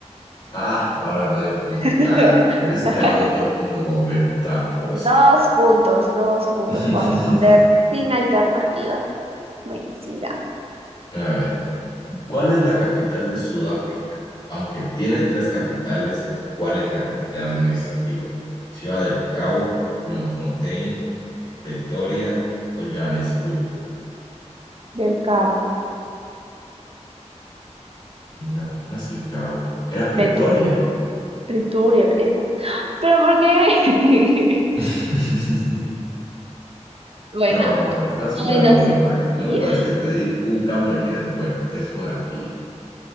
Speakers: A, on the left (about 40°); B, on the right (about 55°).
A: Ah, ahora medio punto.
B: <laughs>
A: Claro, pero yo sí te hago todo el punto completo. Tramposa.
B: Dos puntos, dos puntos
A: <laughs>
B: por responder sin alternativa. mentira
A: A ver, ¿cuál es la capital de Sudáfrica? Aunque tiene tres capitales, ¿cuál es la capital administrativa? Ciudad del Cabo, Bloemfontein, Pretoria o Johannesburgo.
B: Del Cabo,
A: No, no es el Cabo. Era Pretoria.
B: Peturbia, Priturbia, esa. Pero ¿por qué? <laughs>
A: <laughs>
B: Bueno,
A: No, no, estás jugando
B: ay, no
A: muy
B: sé.
A: mal. Y
B: Ya.
A: lo peor es que te di un cambio que eres buena, que es geografía.